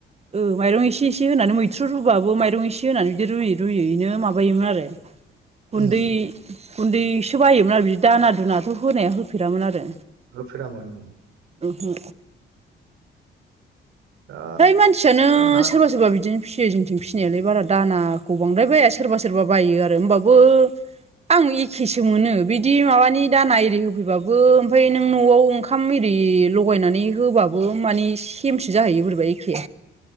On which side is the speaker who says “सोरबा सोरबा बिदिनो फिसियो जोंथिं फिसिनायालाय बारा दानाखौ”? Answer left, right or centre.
Right